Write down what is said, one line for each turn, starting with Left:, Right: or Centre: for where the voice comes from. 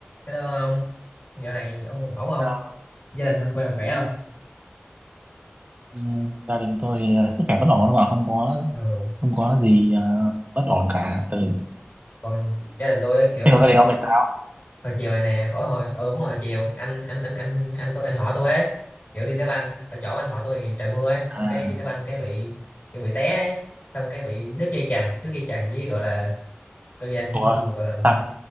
Left: Hello ông, dạo này ông ổn không?
Right: Ờ,
Left: Gia đình ông coi là khỏe không?
Right: ừ, gia đình tôi thì ờ, sức khỏe vẫn ổn mà không có
Left: Ừ.
Right: không có gì ờ, bất ổn cả ừ
Left: Còn gia đình tôi ấy, kiểu
Right: thế còn gia đình ông thì sao
Left: hồi chiều này nè, hồi hồi ừ, đúng rồi hồi chiều anh anh anh anh anh tôi anh họ tôi ấy kiểu đi đá banh ở chỗ anh họ tôi thì trời mưa ấy, xong
Right: à
Left: cái đi đá banh cái bị kiểu bị té ấy. xong cái bị đứt dây chằng, đứt dây chằng với gọi là cái gì
Right: ủa
Left: cái gì gọi là
Right: tạt